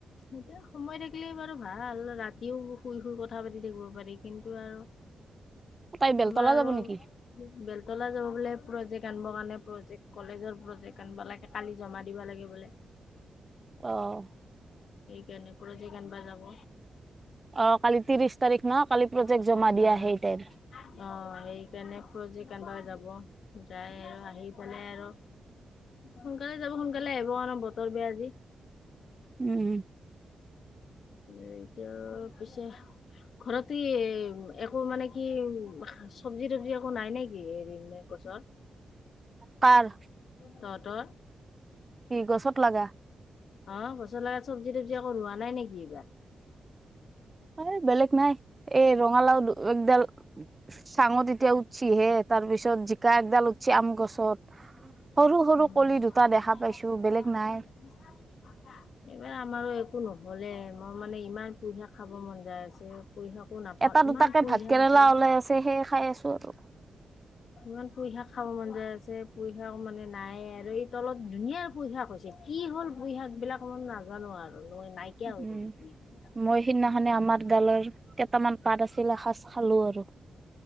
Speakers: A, on the left; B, on the right.
A: এতিয়া সময় থাকিলে বাৰু ভাল ৰাতিও শুই শুই কথা পাতি শুব পাৰি কিন্তু আৰু
B: তাই বেলতলা
A: আমাৰ আৰু
B: যাব নেকি
A: বেল তলা যাব বোলে প্ৰজেক্ট আনিব কাৰণে প্ৰজেক্ট কলেজৰ প্ৰজেক্ট আনিব লাগে কালি জমা দিব লাগে বোলে।
B: আহ
A: কেনে <unintelligible> প্ৰজেক্ট আনিব যাব
B: অ কালি ত্ৰিশ তাৰিখ ন কালি প্ৰজেক্ট
A: অ
B: জমা দিয়া
A: অ
B: সেই তাইৰ
A: সেইকাৰণে প্ৰজেক্ট বা যাব যাই আৰু আহি পেলাই আৰু সোনকালে যাব সোনকালে আহিব আৰু বতৰ বেয়া আজি
B: উম
A: এতিয়া পিছে ঘৰত স <unintelligible> একো মানে কি চব্জি তবজি একো নাই নে কি হেৰি বোলে গছত
B: পাৰ
A: তহঁতৰ
B: কি গছত লগা
A: অ পছলা চবজি তবজি আকো ৰোৱা নাই নেকি এইবাৰ
B: অ বেলেগ নাই এই ৰঙালাও একডাল চাঙত এতিয়া উঠছি হে তাৰ পিছত জিকা একডাল উঠছি আম গছত সৰু সৰু
A: এইবাৰ
B: কলি দুটা দেখা পাইছো বেলেগ নাই
A: আমাৰো একো নহ'লে মই মানে ইমান পুহে খাব মন যায় আছে পুঁই শাকো নাপাওঁ
B: এটা
A: ইমান
B: দুটাকে
A: পুঁই
B: ভাত
A: শাক
B: কেৰেলা
A: আছিল
B: ওলাই আছে সেইয়ে খাই আছো আৰু
A: ইমান পুই শাক খাব মন যায় আছে পুই শাক মানে নাই আৰু এই তলত ধুনীয়া পুই শাক হৈছে। কি হ'ল পুই শাক বিলাক মই নাজানো আৰু মই নাইকিয়া হৈ
B: উম
A: শাকবিলাক
B: মই সিদিনাখে আমাৰ গালৰ কেইটামান পাট আছিল এসাঁজ খালোঁ আৰু।